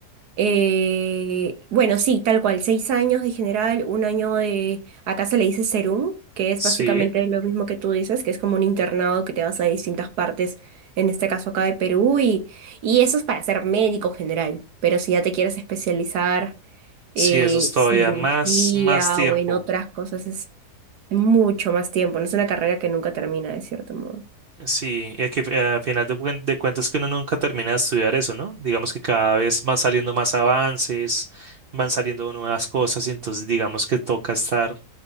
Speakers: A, on the right; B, on the right.
A: eh, bueno, sí, tal cual, seis años de general, un año de, acá se le dice serum, que es
B: Sí.
A: básicamente lo mismo que tú dices, que es como un internado que te vas a distintas partes, en este caso acá de Perú, y, y eso es para ser médico general. Pero si ya te quieres especializar
B: Sí,
A: en
B: eso es todavía
A: cirugía
B: más, más tiempo.
A: o en otras cosas, mucho más tiempo. No es una carrera que nunca termina, de cierto modo.
B: Sí, y que eh, a final de, cuen- de cuentas que uno nunca termina de estudiar eso, ¿no? Digamos que cada vez van saliendo más avances, van saliendo nuevas cosas y entonces digamos que toca estar